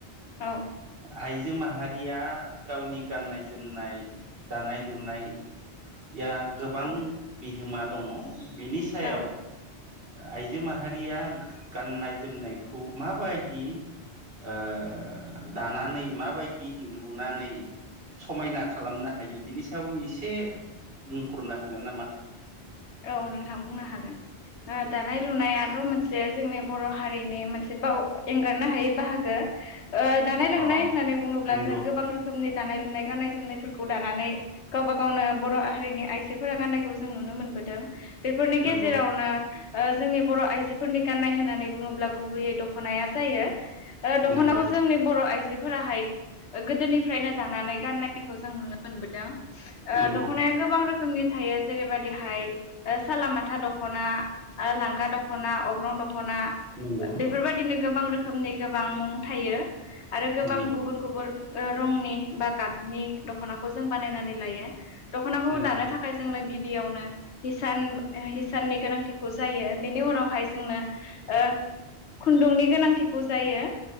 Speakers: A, on the left (about 85°); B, on the right (about 60°).
A: औ
B: आय- इजो माहारिया गावनि गाननाय जोमनाय दानाय लुनाय जिया गोबां
A: औ
B: बिहोमा दङ बिनि सायाव
A: औ
B: आइजो माहारिया गाननाय जोमनायखौ माबायदि ओ दानानै माबायदि लुनानै समायना खालामनो हायो बिनि सायाव इसे बुंफुरनो हागोन नामा
A: औ नोंथां बुंनो हागोन दानाय लुनायाथ' मोनसे जोंनि बर' हारिनि मोनसे बाव एंगारनो हायै बाहागो दानाय लुनाय
B: अ
A: होननानै बुङोब्ला
B: नंगौ
A: जों गोबां रोखोमनि दानाय लुनाय गाननाय जोमनायफोरखौ दानानै गावबा गावनो बर' हारिनि आइजोफोरा गाननायखौ जों नुनो मोनबोदों बेफोरनि
B: नंगौ
A: गेजेरावनो जोंनि बर' आइजोफोरनि गाननाय होननानै बुङोब्ला गुबैयै दख'नाया जायो दख'नाखौ
B: नंगौ
A: जोंनि बर' आइ जोफोराहाय गोदोनिफ्रायनो दानानै गाननायखौ जों नुनो मोनबोदों
B: नंगौ
A: दख'नाया गोबां रोखोमनि थायो जेरैबादिहाय सालामाथा दखना ख'ना आरो लांगा दख'ना अग्रं दख'ना
B: नंगौ
A: बेफोरबायदिनो गोबां रोखो- मनि गोबां मुं थायो आरो गोबां
B: नंगौ
A: गुबुन गुबुन रंनि बा गाबनि दख'नाखौ जों बानायनानै लायो दख'नाखौ
B: नंगौ
A: दानो थाखाय जोंनो गिबियावनो इसान हिसाननि गोनांथिखौ जायो। बिनि उनावहाय जोंनो ओ खुन्दुंनि गोनांथिखौ जायो।